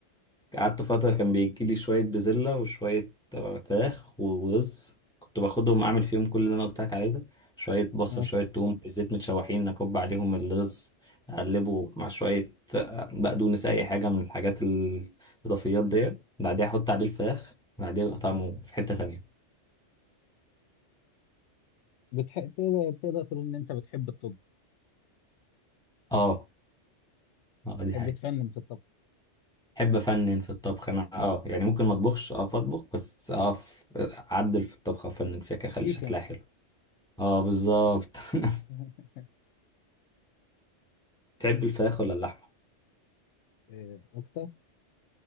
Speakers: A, in the centre; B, on the left.
A: قعدت فترة كان بيجيلي شوية بزلة وشوية آه، فراخ ورز كنت باخدهم أعمل فيهم كل اللي أنا قلت لك عليه ده شوية بصل
B: آه.
A: شوية توم في الزيت متشوحين أكب عليهم الرز أقلبه مع شوية آه، بقدونس أي حاجة من الحاجات ال- الإضافيات دي بعديها أحط عليه الفراخ بعديها يبقى طعمه في حتة تانية
B: بتح... تقدر تقدر تقول ان انت بتحب الطب
A: آه آه دي
B: تحب
A: حقيقة
B: تفنن في الطبخ
A: أحب أفنن في الطبخ أنا آه يعني ممكن ما أطبخش آه أطبخ بس آه أعدل في الطبخة أفنن فيها كده أخلي
B: شيف
A: شكلها
B: يعني
A: حلو آه بالظبط <laughs>
B: <laughs>
A: تحب الفراخ ولا اللحمة؟
B: إيه اكتر